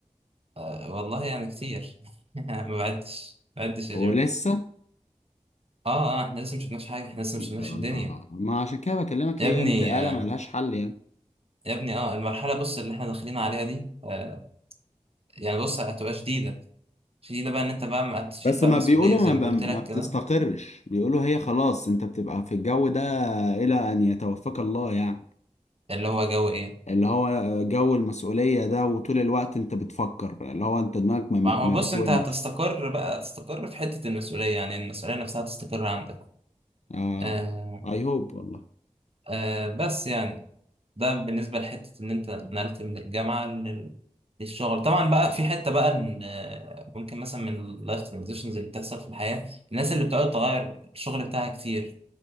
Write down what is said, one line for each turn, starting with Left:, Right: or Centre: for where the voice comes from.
Right: آه، والله يعني كتير <laughs> ما بعدش ما بعدش يا جيم
Left: ولسه؟
Right: اه اه احنا لسه مش شفناش حاجة احنا لسه
Left: يا
Right: مش شفناش الدنيا
Left: الله ما عشان كده بكلمك
Right: يا
Left: هي
Right: ابني
Left: انتقالة
Right: آه
Left: ملهاش حل يعني
Right: يا ابني اه المرحلة بص اللي احنا داخلين عليها دي آه يعني بص هتبقى شديدة شديدة بقى ان انت بقى ما- هتشيل
Left: بس
Right: بقى
Left: ما
Right: مسؤولية
Left: بيقولوا
Right: زي
Left: ما,
Right: ما
Left: ب...
Right: قلت لك
Left: ما بتستقرش
Right: كده
Left: بيقولوا هي خلاص أنت بتبقى في الجو ده إلى أن يتوفاك الله يعني
Right: اللي هو جو ايه
Left: اللي هو جو المسؤولية ده وطول الوقت انت بتفكر اللي هو انت دماغك ما, ما
Right: ما هو
Left: ما
Right: بص
Left: بتونش
Right: انت هتستقر بقى تستقر في حتة المسؤولية يعني المسؤولية نفسها تستقر عندك
Left: اه
Right: آه
Left: اي هوب والله
Right: آه بس يعني ده بالنسبة لحتة ان انت نقلت من الجامعة لل- للشغل طبعا بقى في حتة بقى ان آه، ممكن مثلا من اللايف ترانزيشنز اللي بتحصل في الحياة الناس اللي بتقعد تغير الشغل بتاعها كتير